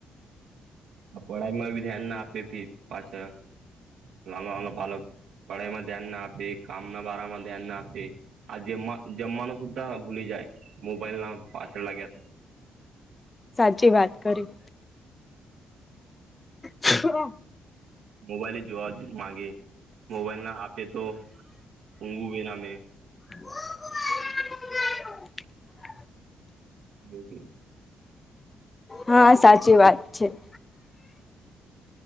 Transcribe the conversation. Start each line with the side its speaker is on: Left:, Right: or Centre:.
Right: પઢાઈમાં બી ધ્યાન ના આપી અપિ પાછા <unintelligible> પાલક પઢાઈમાં ધ્યાન ના આપીએ, કામ ના બારામાં ધ્યાન ના આપીએ, આ જેમ જમવાનું સુધા ભૂલી જા મોબાઈલ ના પાછળ લાગ્યા
Left: સાચી વાત કરી હા <inaudible>
Right: મોબાઈલે જોવા માગે મોબાઈલ ના આપે તો ઊઘું બેનામે
Left: હ <inaudible>
Right: જો કે
Left: હા સાચી વાત છે <inaudible>